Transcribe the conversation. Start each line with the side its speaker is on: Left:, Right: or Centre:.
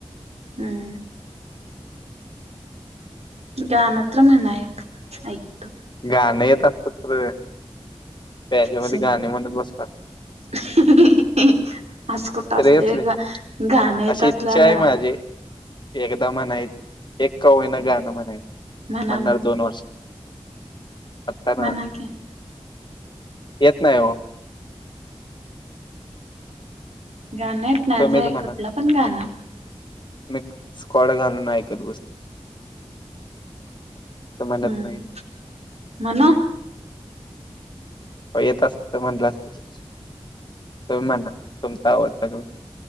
Right: हम्म. गाणं तर म्हणा एक ऐक
Left: गाणे येत असतात तर त्याच्यामध्ये
Right: सिंग
Left: गाणे म्हणत बसत असत.
Right: <inaudible> असं कुठं
Left: तर
Right: असतंय
Left: असले
Right: व्हय र गाणे येत
Left: अशी
Right: असल्यावर
Left: इच्छा आहे माझी एकदा म्हणायचं एक काईन गाणं म्हणायचं
Right: म्हणा
Left: म्हणणार
Right: मग
Left: दोन वर्ष. अता
Right: म्हणा
Left: ना
Right: की
Left: येत नाही हो.
Right: गाणं येत नाही
Left: तुम्हीच
Right: व्हय
Left: म्हणा
Right: कुठलं पण गाणं.
Left: मी स्कॉड घालून ऐकत बसलो. तसं म्हणत
Right: हम्
Left: नाही
Right: म्हना.
Left: येत असतं तर म्हटलं असतं की तुम्ही म्हणा तुमचा आवाज चांगला आहे.